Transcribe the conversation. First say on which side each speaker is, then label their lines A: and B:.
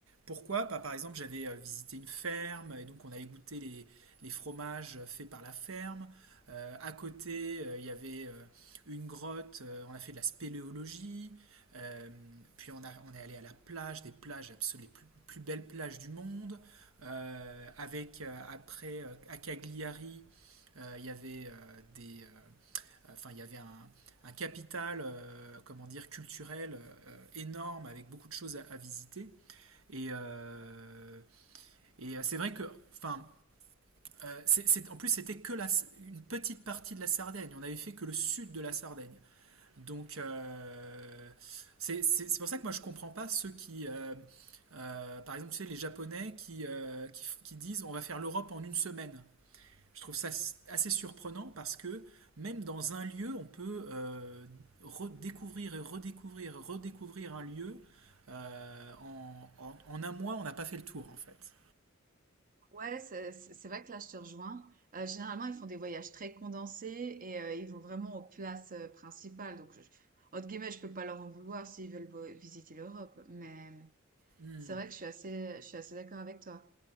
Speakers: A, on the right; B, on the right.
A: Pourquoi? Bah, par exemple, j'avais euh, visité une ferme et donc on allait goûter les, les fromages euh, faits par la ferme. Euh, à côté, euh, il y avait euh, une grotte, euh, on a fait de la spéléologie. Euh, puis on, a, on est allé à la plage, des plages absolument les plus, plus belles plages du monde. Euh, avec euh, après euh, à Cagliari, euh, il y avait euh, des, euh, enfin il y avait un, un capital, euh, comment dire, culturel euh, énorme avec beaucoup de choses à, à visiter. Et, euh, et euh, c'est vrai que, enfin, euh, c'est- c'est- en plus c'était que la- une petite partie de la Sardaigne. On avait fait que le sud de la Sardaigne. Donc, euh, c'est c'est- c'est pour ça que moi je comprends pas ceux qui, euh, euh, par exemple, tu sais, les Japonais qui, euh, qui, f- qui disent on va faire l'Europe en une semaine. Je trouve ça s- assez surprenant parce que même dans un lieu, on peut euh, redécouvrir et redécouvrir, redécouvrir un lieu. euh, en, en- en un mois, on n'a pas fait le tour en fait.
B: Ouais, c'est c'est- c'est vrai que là, je te rejoins. Euh, généralement, ils font des voyages très condensés et euh, ils vont vraiment aux places euh, principales. Donc, je, entre guillemets, je peux pas leur en vouloir s'ils veulent vo- visiter l'Europe. Mais
A: Hmm.
B: c'est vrai que je suis assez, je suis assez d'accord avec toi.